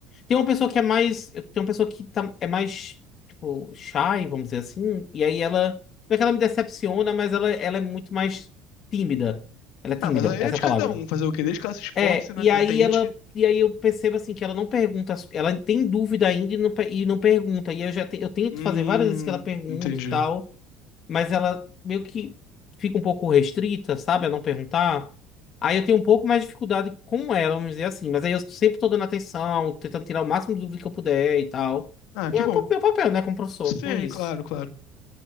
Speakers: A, on the left; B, on the left.
A: Tem uma pessoa que é mais, tem uma pessoa que tá- é mais, tipo, shy, vamos dizer assim, e aí ela, não é que ela me decepciona, mas ela, ela é muito mais tímida. Ela é tímida,
B: Ah, mas aí
A: essa
B: é de
A: é a palavra.
B: cada um fazer o quê? Desde que ela se esforce,
A: É,
B: né?
A: e
B: Ela
A: aí
B: tente.
A: ela. E aí eu percebo assim que ela não pergunta, as- ela tem dúvida ainda e não, pe- e não pergunta. E eu já te- eu tento
B: Hum,
A: fazer várias vezes que ela pergunta
B: entendi.
A: e tal, mas ela meio que fica um pouco restrita, sabe, a não perguntar. Aí eu tenho um pouco mais de dificuldade com ela, vamos dizer assim. Mas aí eu sempre tô dando atenção, tentando tirar o máximo de dúvida que eu puder e tal.
B: Ah,
A: E
B: que
A: é
B: bom.
A: o meu papel, né, como professor.
B: Sim,
A: É isso.
B: claro, claro.